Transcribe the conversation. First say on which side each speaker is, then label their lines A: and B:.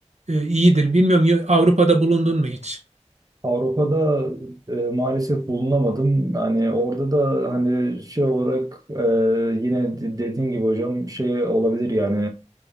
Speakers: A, on the right; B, on the right.
A: e, iyidir. Bilmiyorum yo- Avrupa'da bulundun mu hiç?
B: Avrupa'da e, maalesef bulunamadım. Yani orada da hani şey olarak e, yine de- dediğin gibi hocam şey olabilir yani